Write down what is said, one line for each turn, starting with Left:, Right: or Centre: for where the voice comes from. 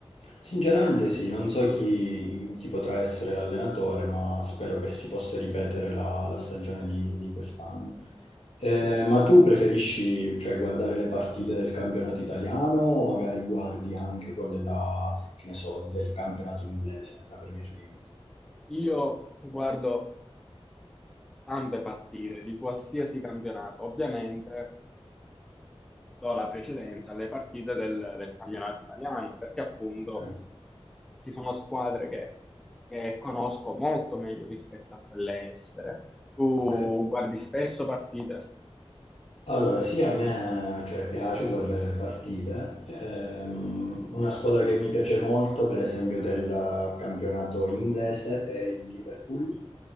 Left: Sinceramente sì, non so chi, chi potrà essere l'allenatore, ma spero che si possa ripetere la, la stagione di, di quest'anno. Eh, ma tu preferisci, cioè, guardare le partite del campionato italiano o magari guardi anche quelle là, che ne so, del campionato inglese, la Premier League?
Centre: Io guardo tante partite di qualsiasi campionato, ovviamente do la precedenza alle partite del, del campionato italiano, perché appunto
Left: Ok,
Centre: ci sono squadre che, che conosco molto meglio rispetto a quelle estere. Tu
Left: ok.
Centre: guardi spesso partite,
Left: Allora, sì, a me, cioè, piace guardare le partite. Ehm, una squadra che mi piace molto, per esempio, del campionato inglese è il Liverpool.